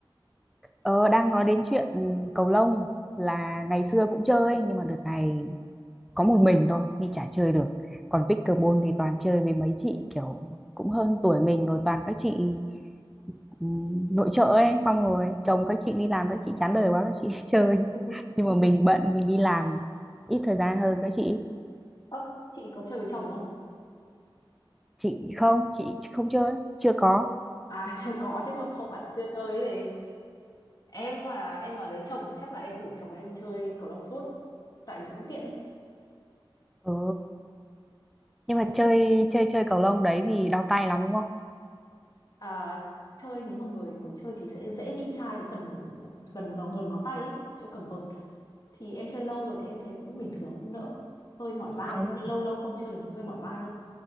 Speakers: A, in the centre; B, on the left (about 45°).
A: ờ, đang nói đến chuyện ừ, cầu lông là ngày xưa cũng chơi nhưng mà đợt này có một mình thôi nên chả chơi được. Còn pickleball thì toàn chơi với mấy chị kiểu cũng hơn tuổi mình rồi toàn các chị ừ, nội trợ ấy xong rồi chồng các chị đi làm các chị chán đời quá các chị <laughs> chơi.
B: <laughs>
A: Nhưng mà mình bận mình đi làm ít thời gian hơn các chị.
B: Ơ, chị có chơi với chồng không
A: Chị không, chị không chơi, chưa có.
B: à <laughs> chưa có chứ không không phải là chưa chơi cái gì em mà em vào đấy chồng thì chắc là em rủ chồng em đi chơi cầu lông suốt tại vì cũng tiện ấy
A: Ừ nhưng mà chơi chơi chơi cầu lông đấy thì đau tay lắm đúng không
B: à, chơi nếu mà người mới chơi thì sẽ dễ bị chai cái phần gần ngón- gần ngón tay ấy, chỗ cầm vợt thì em chơi lâu rồi thì em thấy cũng bình thường cũng đỡ hơi mỏi vai
A: Không,
B: nếu mà lâu lâu không chơi thì hơi mỏi vai thôi